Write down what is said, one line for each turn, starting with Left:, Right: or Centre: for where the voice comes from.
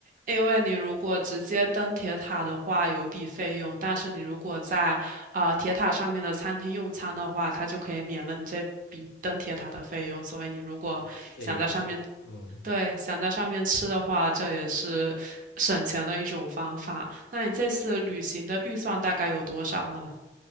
Right: 因为你如果直接登铁塔的话，有一笔费用，但是你如果在啊铁塔上面的餐厅用餐的话，它就可以免了你这笔登铁塔的费用。所以你如果想在上面，
Left: 你这个建议不错。嗯。
Right: 对，想在上面吃的话，这也是省钱的一种方法。那你这次旅行的预算大概有多少呢？